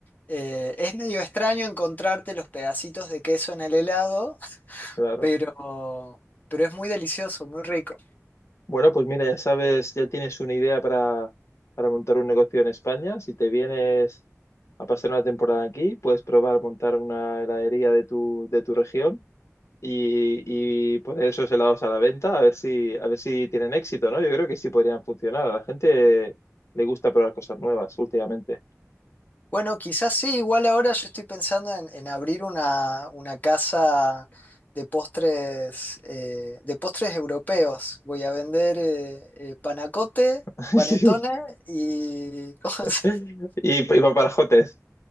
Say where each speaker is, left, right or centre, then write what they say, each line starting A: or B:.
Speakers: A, on the left; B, on the left.
A: Eh, es medio extraño encontrarte los pedacitos de queso en el helado, <laughs>
B: claro.
A: pero, pero es muy delicioso, muy rico.
B: Bueno, pues mira, ya sabes, ya tienes una idea para, para montar un negocio en España. Si te vienes a pasar una temporada aquí, puedes probar montar una heladería de tu, de tu región. y, y poner esos helados a la venta a ver si, a ver si tienen éxito, ¿no? Yo creo que sí podrían funcionar. A la gente le gusta probar cosas nuevas últimamente.
A: Bueno, quizás sí, igual ahora yo estoy pensando en, en abrir una, una casa de postres, eh, de postres europeos. Voy a vender eh, eh, panacote,
B: <laughs>
A: panetone y, <laughs> ¿cómo se-
B: Sí. Y, y paparajotes.